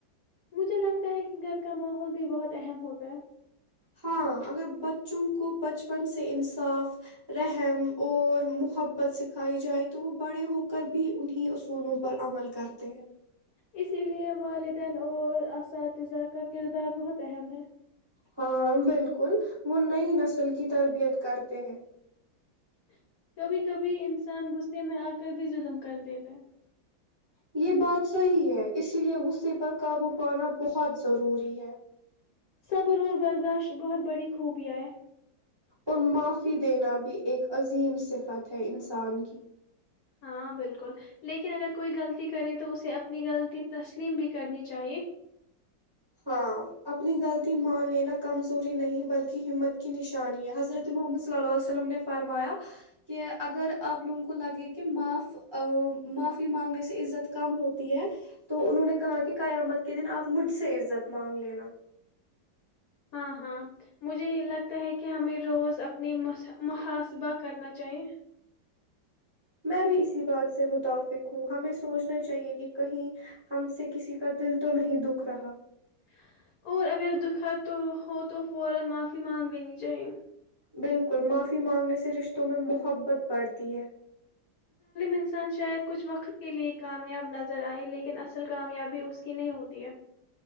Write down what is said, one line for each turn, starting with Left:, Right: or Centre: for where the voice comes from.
Left: مجھے لگتا ہے کہ گھر کا ماحول بھی بہت اہم ہوتا ہے
Right: ہاں اگر بچوں کو بچپن سے انصاف رحم اور محبت سکھائی جائے تو وہ بڑے ہو کر بھی انیں اصولوں پر عمل کرتے ہیں
Left: اسی لیے والدین اور اساتذہ کا کردار بہت اہم ہے
Right: ہاں بالکل وہ نئی نسل کی تربیت کرتے ہیں
Left: <inaudible> انسان غصے میں آ کر بھی ظلم کر دیتا ہے
Right: یہ بات صحی ہے اسی لیے غصے پر قابو پانا بہت ضروری ہے
Left: صبر اور برداشت بہت بڑی خوبیاں ہے
Right: اور معافی دینا بھی ایک عظیم صفت ہے انسان کی
Left: ہاں بالکل لیکن اگر کوئی غلطی کرے تو اسے اپنی غلطی تسلیم بھی کرنی چاہیے
Right: ہاں اپنی غلطی مان لینا کمزوری نہیں بلکہ ہمت کی نشانی ہے حضرت محمد صلی اللہ عیہ وسلم نے فرمایا کہ اگر آپ لوگوں کو لگے کہ معاف معافی مانگنے سے عزت کم ہوتی ہے تو انہوں نے کہا کہ قیامت کے دن آپ مجھ سے ع ت مانگ لینا
Left: ہاں ہاں مجھے لگتا ہے کہ ہمیں روز اپنی م محاسبہ کرنا چاہیے
Right: میں بھی اسی بات سے متافق ہوں ہمیں سوچنا چاہیے کہ کہیں ہم سے کسی کا دل تو نہیں دکھ رہا
Left: <inaudible>
Right: بالکل معافی مانگنے سے رشتوں میں محبت بڑھتی ہے
Left: انسان شاید کچھ وقت کے لیے کامیاب نظر ائے لیکن اصل کامیابی اس کی نہیں ہوتی ہے